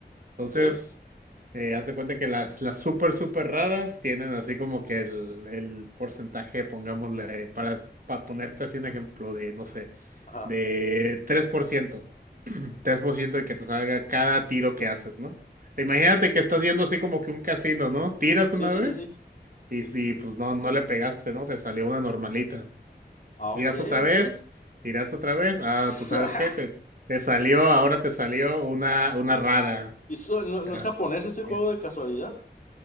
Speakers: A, on the right (about 55°); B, on the left (about 50°).
A: Entonces,
B: ok,
A: eh, haz de cuenta que las, las súper, súper raras tienen así como que el, el porcentaje, pongámosle, para, para ponerte así un ejemplo de, no sé,
B: ajá,
A: de tres tres por ciento <clears throat> 3% de que te salga cada tiro que haces, ¿no? Imagínate que estás yendo así como que un casino, ¿no? Tiras
B: sí,
A: una
B: sí,
A: vez
B: sí, sí.
A: y si, pues no, no le pegaste, ¿no? Te salió una normalita.
B: Ah,
A: Tiras
B: ok,
A: otra
B: ok.
A: vez, tiras otra vez. Ah,
B: <laughs>
A: pues ¿sabes qué? Te, te salió, ahora te salió una, una rara.
B: ¿Y so- no, no
A: Pero,
B: es japonés ese juego
A: ya.
B: de casualidad?